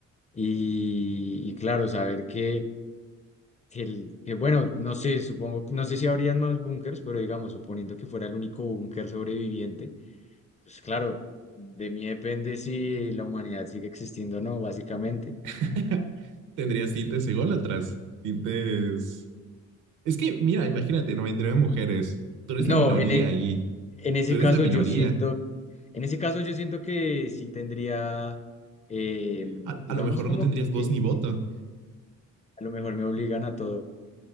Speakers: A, on the left; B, on the right.
A: Y, y claro, saber que, que el- que, bueno, no sé, supongo, no sé si habrían más búnkers, pero digamos, suponiendo que fuera el único búnker sobreviviente Pues claro, de mí depende si la humanidad sigue existiendo o no, básicamente.
B: <laughs> Tendrías tintes ególatras, tintes Es que, mira, imagínate, noventa y nueve mujeres. Tú eres
A: No,
B: la minoría
A: en, e-
B: ahí.
A: en ese
B: Tú eres
A: caso
B: la minoría.
A: yo siento, en ese caso yo siento que sí tendría, eh,
B: A,
A: digamos
B: a lo mejor
A: como
B: no tendrías
A: que
B: voz ni voto.
A: a lo mejor me obligan a todo.